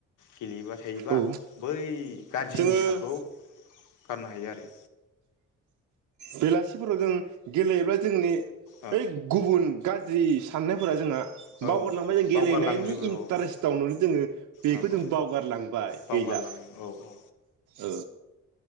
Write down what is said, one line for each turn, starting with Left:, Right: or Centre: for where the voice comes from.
Left: गेलेयोबा थायोबा
Right: औ
Left: बै गाज्रि
Right: जोङो
Left: निसाखौ गारनो हायो आरो
Right: बेलासिफोराव जों गेलेयोब्ला जोंनि
Left: औ
Right: बै गुबुन गा ज्रि साननायफोरा जोंहा
Left: औ
Right: बावगारलांबाय जों
Left: बावगारलांजोबो
Right: गेलेनायनि इन्टारेस्टआवनो
Left: औ औ
Right: जोङो बेखौ
Left: औ औ
Right: जों बावगारलांबाय
Left: बावगारलाङो
Right: गैला।
Left: औ औ
Right: औ